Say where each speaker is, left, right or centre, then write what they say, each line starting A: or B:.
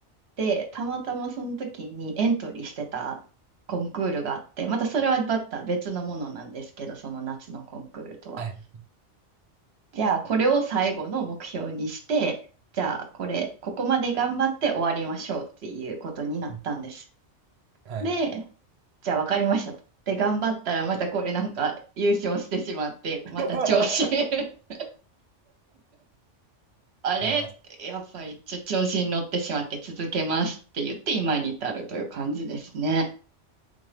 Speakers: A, on the right; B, on the right.
A: で、たまたまその時にエントリーしてたコンクールがあって、またそれはまた別のものなんですけど、その夏のコンクールとは。
B: はい。
A: じゃあ、これを最後の目標にして、じゃあ、これ、ここまで頑張って終わりましょうっていうことになったんです。
B: うんはいはい
A: で、じゃあ分かりましたと。で、頑張ったらまたこれなんか優勝してしまって、
B: <laughs>
A: また調子 <laughs> あれやっぱりちょ調子に乗ってしまって続けますって言って今に至るという感じですね。
B: いやー、